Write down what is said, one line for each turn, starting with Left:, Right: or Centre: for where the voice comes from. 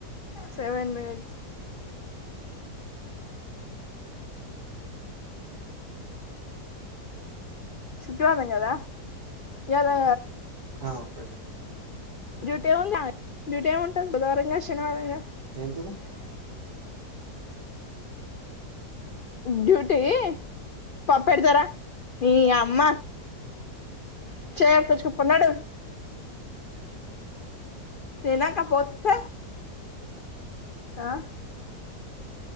Left: సెవెన్ మినిట్స్ శుక్రవారం కాదా యారు
Right: ఆ బయటే
Left: డ్యూటీ ఏ ఉంది డ్యూటీ ఏమి ఉంటారు బుదారంగా శనారంగా
Right: ఏంటిది
Left: డ్యూటీ పప్పెడతారా నీ అమ్మ చేు వత్తున్నాడు తినకపొత్తే ఆ